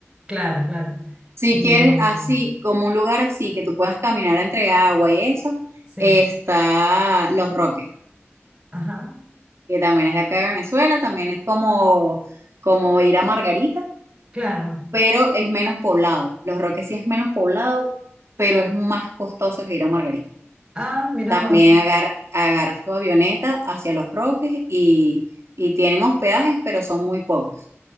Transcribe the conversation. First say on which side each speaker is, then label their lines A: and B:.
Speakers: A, on the right (about 20°); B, on the right (about 75°).
A: Claro, claro.
B: Si
A: Y
B: quieres
A: mm,
B: así, como un lugar así, que tú puedas caminar entre agua y eso,
A: sí,
B: está Los Roques,
A: ajá,
B: que también es de acá de Venezuela, también es como, como ir a Margarita,
A: claro.
B: pero es menos poblado. Los Roques sí es menos poblado, pero es más costoso que ir a Margarita.
A: Ah, mirá
B: También
A: vos.
B: agar- agarras tu avioneta hacia Los Roques y, y tienen hospedajes, pero son muy pocos.